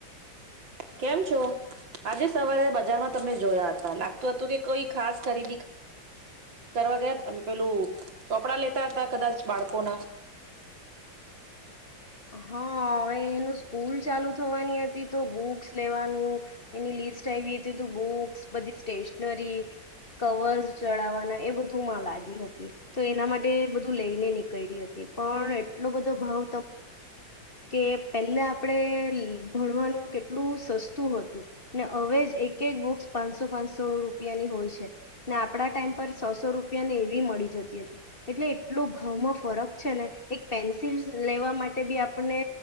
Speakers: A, on the right (about 75°); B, on the left (about 30°).
A: કેમ છો આજે સવારે બજારમાં તમને જોયા હતા લાગતું હતું કે કોઈ ખાસ ખરીદી કરવા ગયા તમે પેલું ચોપડા લેતા હતા કદાચ બાળકોના
B: હા હવે એનું સ્કૂલ ચાલુ થવાનું તો બુક્સ લેવાનું એની લિસ્ટ બૂક્સ બધી સ્ટેશનરી કવર ચડવાના એ બધું મા લાગી હતી તો એના માટે લઈને નીકળી હતી પણ એટલો બધો ભાવ કે પેલા આપડે ભણવાનું કેટલું સસ્તું હતું ને હવે એક એક બુક પાનસો સો પાંચસો રૂપિયાની હોય છે ને આપડા ટાઈમ પર સસો રૂપિયા ને એવી મળી જતી હતી એટલે એટલો ભાવમાં ફરક છે ને એક પેન્સિલ લેવા માટે બી આપને